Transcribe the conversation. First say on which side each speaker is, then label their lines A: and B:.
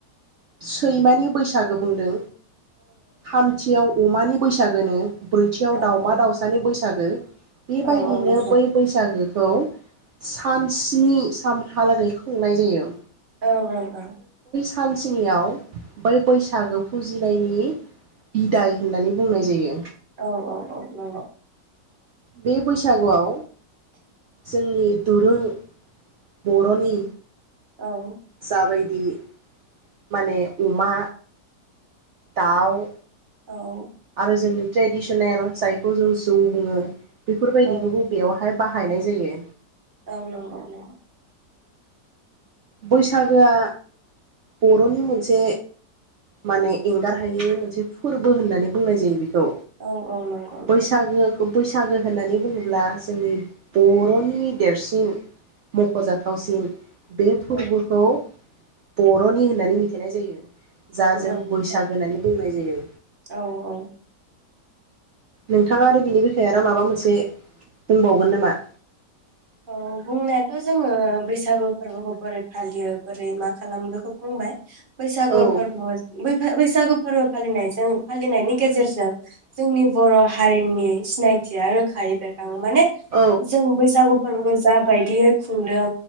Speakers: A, on the right; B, on the right.
A: सैमानि बैसागो बुंदों थामथियाव अमानि बैसागोनो ब्रैथियाव
B: औ
A: दावमा दाउसानि बैसाग सागो। बे बायदिनो
B: औ औ नंगौ
A: बै बैसागो। खौ सान सनि सानहालागै खुंनाय जायो।
B: औ औ औ।
A: सानसेनियाव। बै बैसागो। फुजिनायनि बिदाय होननानै बुंनाय जायो।
B: औ औ औ औ औ।
A: बे बैसागुआव। जोंनि। दुरुं बरनि।
B: औ।
A: जाबायदि माने अमा दाउ।
B: औ।
A: आरो जोंनि ट्रेडिसनेल जायखौ जों जौ बुङो। बेफोरबायदिखौ
B: औ
A: बबेयावहाय बाह। थायनाय जायो।
B: औलं औल।
A: बैसागोआ बरनि मोनसे माने एंगार हायै मोनसे फोरबो होननानै बुंनाय जायो बेखौ।
B: औ औ नंगौ नंगौ
A: बैसागो। बैसागो होननानै बुङोब्ला जोंनि बरनि देरसिन। मखजाथावसिन। बे फोरबोखौ।
B: औ ओं
A: बरनि होननानै मिथिनाय जायो। जा जों
B: ओं नंगौ
A: बैसागो होननानै बुंनाय जायो।
B: औ औ
A: नोंथाङा आरो बिनि बिखाया आरो माबा मोनसे बुंबावगोन नामा।
B: औ बुंनायाथ जोङो बैसागु फोरबोखौ बोरै फालियो बोरै मा खालामो बेखौ बुंबाय। बैसागो
A: औ
B: फोरबोाव बै। बैसागु फोरबो फालिनायजों फालिनायनि गेजेरजों जोंनि बर हारिनि सिनायथिया रोखायै बेरखा। माने
A: औ
B: जों बैसागु। फोरबोखौ जा बायदियै खुंदों